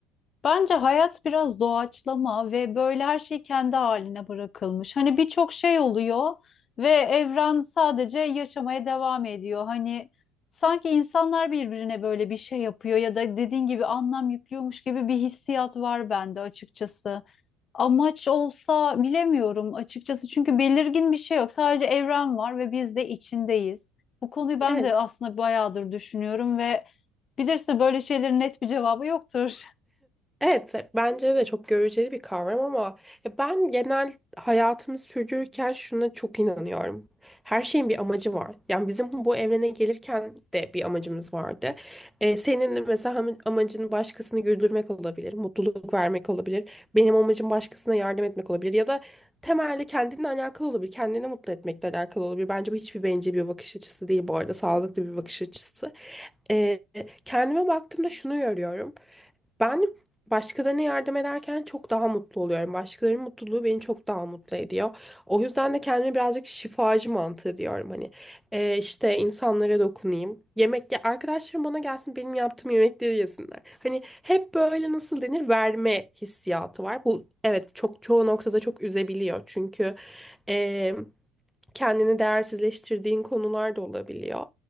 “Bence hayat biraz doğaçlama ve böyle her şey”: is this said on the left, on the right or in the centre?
Left